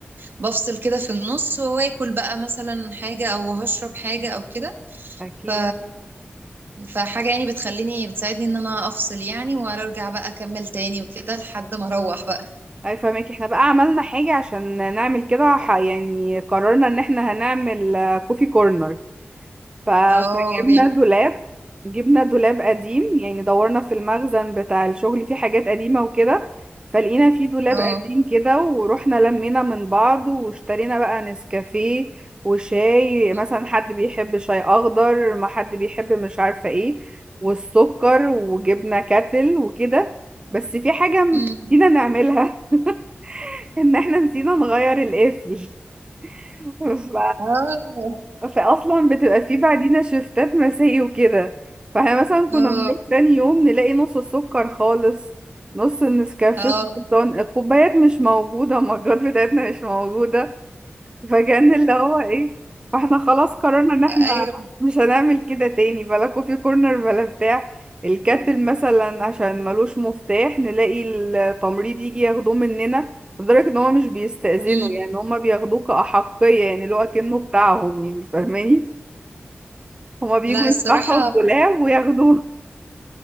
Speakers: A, on the right; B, on the right.
A: بفصل كده في النص واكل بقى مثلا حاجة او هشرب حاجة او كده
B: اكيد
A: ف فحاجة يعني بتخليني بتساعدني ان انا افصل يعني وارجع بقى اكمل تاني وكده لحد ما اروح بقى
B: اي فاهمك احنا بقى عملنا حاجة عشان نعمل كده ح- يعني قررنا ان احنا هنعمل آه، كوفي كورنر ف- فجبنا
A: اه جامد
B: دولاب جبنا دولاب قديم يعني دورنا في المخزن بتاع الشغل فيه حاجات قديمة وكده فلقينا فيه دولاب
A: اه
B: قديم كده ورحنا لمينا من بعض واشترينا بقى نسكافيه وشاي
A: <laughs>
B: مثلا حد بيحب شاي اخضر ما حد بيحب مش عارفة ايه والسكر وجبنا كاتل وكده بس في حاجة
A: أمم.
B: نسينا نعملها <laughs> ان احنا نسينا نغير القفل ف...
A: اه
B: فاصلا بتبقى في بعدينا شفتات مسائي وكده فاحنا مثلا كنا
A: اه
B: بنروح تاني يوم نلاقي نص السكر خالص نص النسكافيه
A: اه
B: خلصان الكوبايات مش موجودة المجات بتاعتنا مش موجودة فكان اللي هو ايه فاحنا خلاص قررنا ان احنا
A: ايوه
B: مش هنعمل كده تاني بلا كوفي كورنر بلا بتاع الكاتل مثلا عشان ملوش مفتاح نلاقي التمريض يجي ياخدوه مننا لدرجة ان هما مش بيستأذنوا
A: <laughs> أمم.
B: يعني هما بياخدوه كأحقية يعني اللي هو كأنه بتاعهم يعني فاهماني هما بيجوا
A: لا الصراحة
B: يفتحوا الدولاب وياخدوه